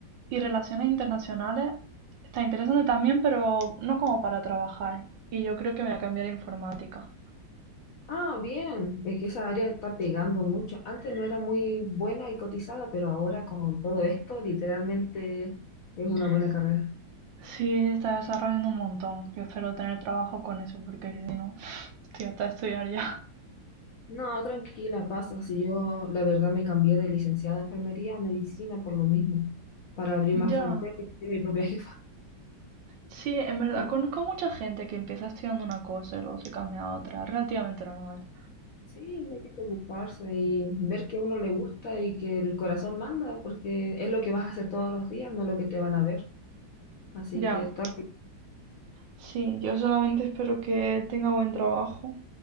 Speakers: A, on the right; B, on the left.
A: Y relaciones internacionales está interesante también, pero no como para trabajar. Y yo creo que me voy a cambiar a informática.
B: Ah, bien. Es que esa área está pegando mucho. Antes no era muy buena y cotizada, pero ahora con todo esto, literalmente es una buena carrera.
A: Sí, se está desarrollando un montón. Yo espero tener trabajo con eso porque si no, <sniffs> estoy hasta de estudiar ya. <laughs>
B: No, tranquila, pasa. Si yo, la verdad, me cambié de licenciada de enfermería a medicina por lo mismo, para abrir más
A: Ya.
B: fronteras <laughs> y ser mi propia jefa.
A: Sí, en
B: <laughs>
A: verdad, conozco mucha gente que empieza estudiando una cosa y luego se cambia a otra. Relativamente normal.
B: Sí, no hay que preocuparse y ver que a uno le gusta y que el corazón manda, porque es lo que vas a hacer todos los días, no lo que te van a ver. Así
A: Ya.
B: que estar,
A: Sí, yo solamente espero que tenga buen trabajo,